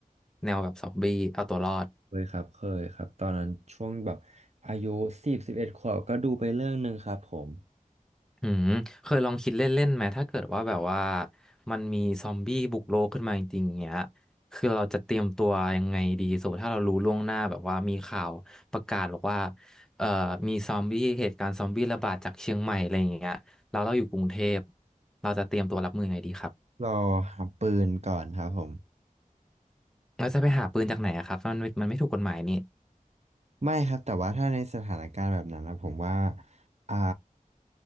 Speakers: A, in the centre; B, on the right.
A: แนวแบบซอมบี้เอาตัวรอด
B: เคยครับเคยครับตอนนั้นช่วงแบบอายุสิบสิบเอ็ดขวบก็ดูไปเรื่องหนึ่งครับผม
A: อืมเคยลองคิดเล่นๆไหมถ้าเกิดว่าแบบว่ามันมีซอมบี้บุกโลกขึ้นมาจริงๆเงี้ยคือเราจะเตรียมตัวยังไงดีสมมติถ้าเรารู้ล่วงหน้าแบบว่ามีข่าวประกาศบอกว่าเอ่อมีซอมบี้เหตุการณ์ซอมบี้ระบาดจากเชียงใหม่อะไรอย่างเงี้ยเราเราอยู่กรุงเทพเราจะเตรียมตัวรับมือยังไงดีครับ
B: รอหาปืนก่อนครับผม
A: เราจะไปหาปืนจากไหนอะครับมันมันไม่ถูกกฎหมายนี่
B: ไม่ครับแต่ว่าถ้าในสถานการณ์แบบนั้นนะผมว่าอ่า